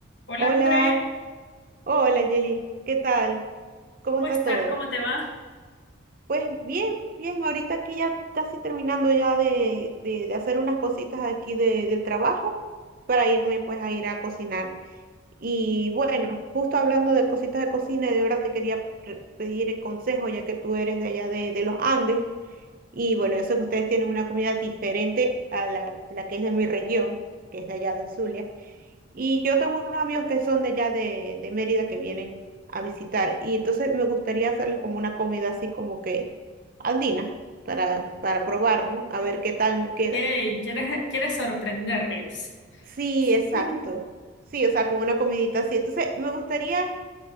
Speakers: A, on the left; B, on the right.
A: Hola
B: Hola,
A: Andrés,
B: hola Yeli, ¿qué tal? ¿Cómo
A: ¿cómo
B: está
A: estás?
B: todo?
A: ¿Cómo te va?
B: Pues bien, bien, ahorita aquí ya casi terminando ya de, de, de hacer unas cositas aquí de, del trabajo para irme pues a ir a cocinar. Y bueno, justo hablando de cositas de cocina, de verdad te quería pre- pedir el consejo ya que tú eres de allá de, de los Andes y bueno, yo sé que ustedes tienen una comida diferente a la, la que es de mi región, que es de allá del Zulia. Y yo tengo unos amigos que son de allá de, de Mérida que vienen a visitar. Y entonces me gustaría hacerles como una comida así como que andina para, para probar, ¿no? A ver qué tal me queda.
A: Hey, ¿quieres, quieres sorprenderlos?
B: Sí, exacto.
A: <laughs>
B: Sí, o sea, como una comidita así. Entonces me gustaría